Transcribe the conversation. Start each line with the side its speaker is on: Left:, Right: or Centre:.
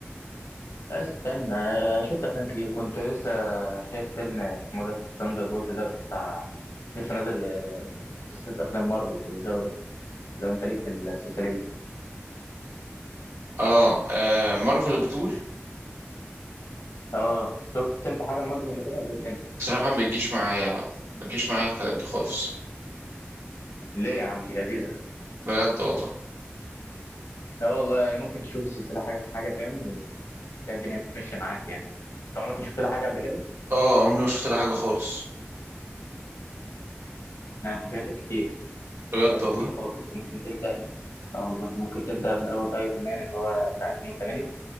Left: بس فاهم آه، شفت افلام كتير كنت لسه شايف فيلم اسمه ده ثاندر بولت ده بتاع لسه نازل آه، سلسله افلام مارفل والجو ده لو انت ليك في السلسله دي
Right: اه, آه مارفل البتول
Left: اه شفت انت حاجه المارفل قبل كده ولا إيه الدنيا
Right: بصراحه ما بيجيش معايا لا ما بيجيش معايا الحاجات دي خالص
Left: ليه يا عم دي لذيذه
Right: بجد والله
Left: اه والله يعني ممكن تشوف السلسله حاجه حاجه فاهم تلاقي الدنيا ماشيه معاك يعني أنت عمرك ما شفت لها حاجه قبل كده
Right: اه عمري ما شفت لها حاجه خالص
Left: يعني انت فاتك كتير
Right: بجد
Left: فاتك
Right: والله
Left: كتير خالص ممكن تبدا أو ممكن تبدا من اول ايرون مان اللي هو بتاع 2008